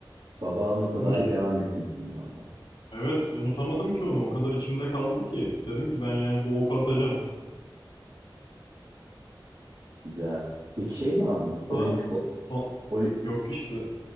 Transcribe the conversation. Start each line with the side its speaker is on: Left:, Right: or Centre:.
Right: Baba almasa
Left: Unut.
Right: dahi devam etmişsin valla.
Left: Evet unutamadım ki onu. O kadar içimde kaldı ki. Dedim ki ben yani bu oku atacağım.
Right: Güzel. Peki şey mi aldın?
Left: Hatta
Right: Olimpik o.
Left: son...
Right: Oli
Left: Yok işte